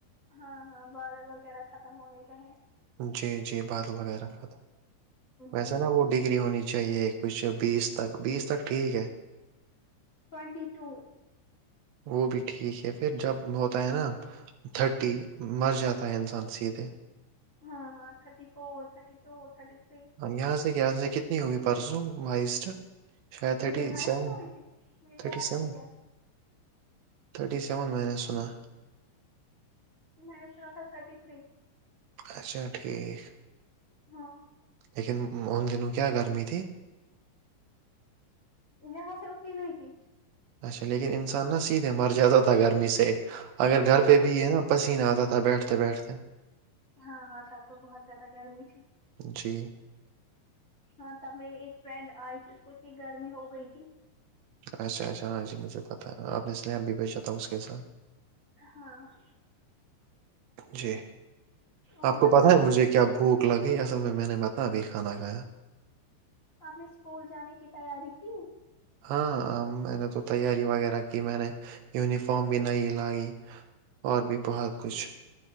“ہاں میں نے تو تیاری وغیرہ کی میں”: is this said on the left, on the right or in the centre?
Right